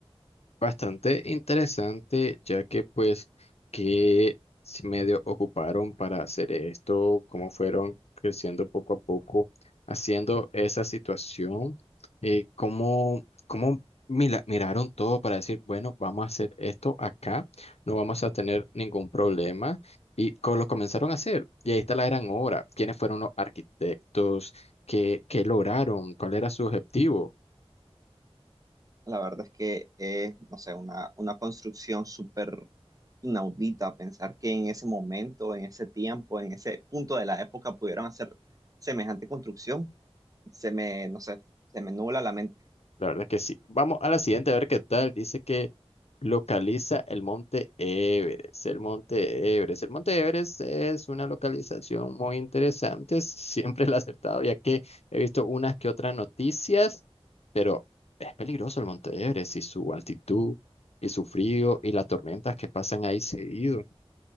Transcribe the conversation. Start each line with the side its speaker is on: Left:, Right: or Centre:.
Left: Bastante interesante, ya que pues que si medio ocuparon para hacer esto, cómo fueron creciendo poco a poco, haciendo esa situación, eh, cómo, cómo mila- miraron todo para decir, bueno, vamos a hacer esto acá, no vamos a tener ningún problema, y co- lo comenzaron a hacer, y ahí está la gran obra, quiénes fueron los arquitectos, qué, qué lograron, cuál era su objetivo.
Right: La verdad es que es, no sé, una, una construcción súper inaudita pensar que en ese momento, en ese tiempo, en ese punto de la época pudieran hacer semejante construcción. Se me, no sé, se me nubla la mente.
Left: La verdad que sí. Vamos a la siguiente a ver qué tal. Dice que localiza el monte Everest. El monte Everest. El monte Everest es una localización muy interesante. <laughs> Siempre la he acertado, ya que he visto unas que otras noticias, pero es peligroso el monte Everest y su altitud y su frío y las tormentas que pasan ahí seguido.